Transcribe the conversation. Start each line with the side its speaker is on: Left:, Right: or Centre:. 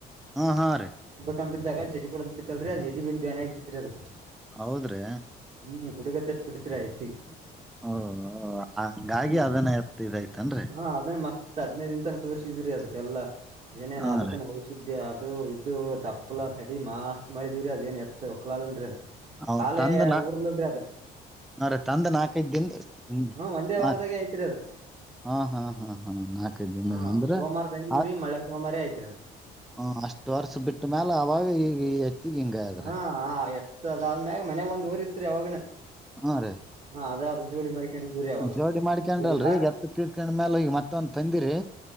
Centre: ಹಾ ಹಾ ರೀ
Right: ಕಂಬಿದ್ದಾಗ ಚಟಿ ಕೊಡದ ಬಿಟ್ಟತಲ್ರಿ ಅದು ಎದಿ ಬಲ್ಲಿ ಬ್ಯಾನ ಆಗ ಬಿಟ್ಟಿತ್ರಿ ಅದಕ್
Centre: ಹೌದ್ರಿ
Right: ಹ್ಮ್ ಗು ಡುಗತ್ತ ಬಿಡತಿರ ಎತ್ತಿಗೆ
Centre: ಓ ಹಂಗಾಗಿ
Right: ಹ್ಮ್
Centre: ಅದನ್ನ ಎತ್ತ್ ಇದೈತೇನ್ರಿ?
Right: ಹಾ ಅದನ್ನ ಮಸ್ತ್ ಹತ್ತು ಹದಿನೈದು ದಿನ ತಕ ತಾನ ತೋರ್ರಿಸಿದ್ರರಿ ಅದಕ್ಕೆಲ್ಲಾ ಏನೇನ
Centre: ಹಾ
Right: ಅದಕ್ಕ
Centre: ರೀ
Right: ಔಷದಿ ಇ ಅದು ಇದು ತಪ್ಪಲ ತಡಿ ಮಾಸ್ತ್ ಮಾಡಿದಿವವಿರಿ ಅದ ಏನ್ ಎತ್ತ ಒಕ್ಲಲ್ರಿ ಅದು
Centre: ಅವ್
Right: ಕಾಲೆ
Centre: ತಂದ್ ನಾ
Right: ಊರ್ಲ್ಲಂದ್ರೆ ಅದು
Centre: ಹಾ ರೀ ತಂದ ನಾಲ್ಕೈಕ ದಿಂದ ಹ
Right: ಹ್ಮ ಒಂದೇ
Centre: ಹಾ
Right: ವಾರದಾಗೆ
Centre: ರೀ
Right: ಐತ್ರಿ ಅದ
Centre: ಹಾ ಹಾ ಹಾ ಹಾ ನಾಲ್ಕೈದು ದಿನಾಗ
Right: ಹಾ
Centre: ಅಂದ್ರೆ
Right: ಸೋಮವಾರ ತಂದಿದ್ರಿ
Centre: ಆ
Right: ಮಳೆ ಸೋಮವಾರೇ ಐತ್ರಿ ಅದು
Centre: ಹ್ಮ ಅಷ್ಟು ವರ್ಷ ಬಿಟ್ಟ್ಮ್ಯಾಲ ಅವಾಗ ಈಗ ಎತ್ತಿಗ್ ಹಿಂಗಾಗ್ಯದ್ರಿ
Right: ಹಾ ಎತ್ತ ಅದ ಆದ್ಮ್ಯಾಗ ಮನೆಗ ಒಂದಒರಿ ಇತರಿ ಅವಾವಾಗನ
Centre: ಹಾ ರೇ
Right: ಹಾ ಅದ ಅದು ಜೋಡಿ ಮಾಡಿ ಕೆಂದು ಅವಾಗ
Centre: ಜೋಡಿ ಮಾಡ್ಕೊಂಡ್ರಲ್ರರಿ
Right: ಜೋಡಿ
Centre: ಈಗ ಎತ್ತ ತೀರ್ಕೊಂಡ್ಮ್ಯಾಲ ಈಗ ಮತ್ತ ಒಂದ ತಂದಿರಿ